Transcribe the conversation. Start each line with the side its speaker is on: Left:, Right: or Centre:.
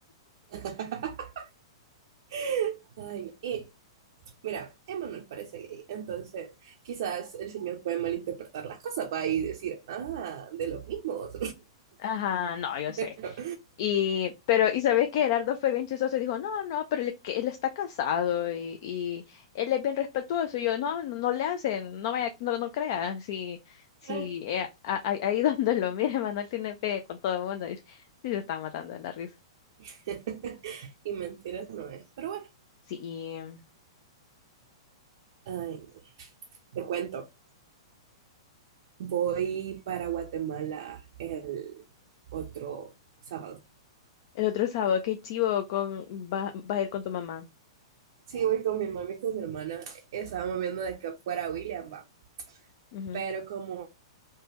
Right: Mm. <laughs> Ay, y, Mira, Emanuel parece gay, entonces quizás el señor puede malinterpretar las cosas para y decir, ah, de los mismos.
Left: Ajá, no, yo
Right: <laughs>
Left: sé.
Right: Pero,
Left: Y, pero, y sabes que Gerardo fue bien chistoso y dijo, no, no, pero él, que él está casado y, y él es bien respetuoso. Y yo, no, no, no le hacen, no vaya, no, no crea, si, si
Right: ay,
Left: eh, a- a- ahí <laughs> donde lo mire, Manuel tiene fe con todo el mundo. Y sí se está matando de la risa.
Right: <laughs> y mentiras no es. Pero bueno,
Left: Sí, y eh,
Right: ay, no. te cuento, voy para Guatemala el otro sábado.
Left: el otro sábado, qué chivo con va, va a ir con tu mamá.
Right: Sí, voy con mi mami y con mi hermana. Estábamos viendo de que fuera William, va.
Left: Ujú.
Right: Pero como